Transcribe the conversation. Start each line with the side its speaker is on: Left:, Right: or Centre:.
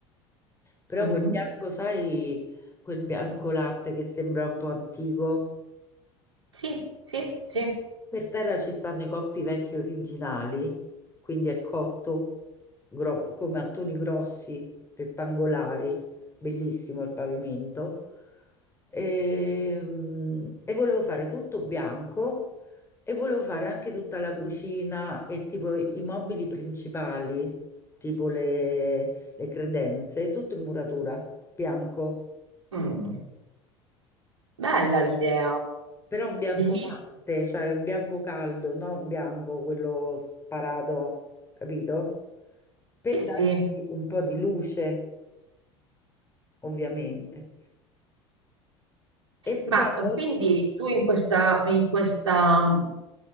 Left: però
Right: mm.
Left: quel bianco, sai, quel bianco latte che sembra un po' antico.
Right: Sì, sì, sì.
Left: Per terra ci stanno i coppi vecchi originali, quindi è cotto gro- come a toni grossi, rettangolari, bellissimo il pavimento. Ehm, E, volevo fare tutto bianco e volevo fare anche tutta la cucina e tipo i mobili principali, tipo le, le credenze, tutto in muratura, bianco.
Right: Mm. Bella l'idea,
Left: Però un bianco
Right: bellissima.
Left: latte, cioè un bianco caldo, non un bianco quello sparato, capito? Per
Right: Sì, sì.
Left: darci un po' di luce, ovviamente. E
Right: Ma
Left: poi,
Right: eh, quindi tu in questa, in questa mh,